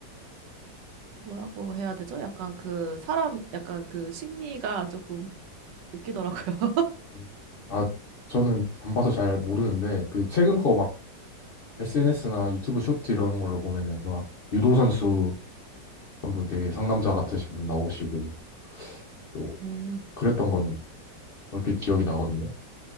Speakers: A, on the right (about 80°); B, on the left (about 75°).
A: 뭐라고 해야 되죠? 약간 그 사람 약간 그 심리가 조금 웃기더라고요. <laughs>
B: 음. 아, 저는 안 봐서 잘 모르는데, 그 최근 거 막 SNS나 유튜브 쇼트 이런 걸로 보면은 그막 유도 선수 한 분 되게 상남자 같으신 분 나오시고 또
A: 음.
B: 그랬던 거는 얼핏 기억이 나거든요.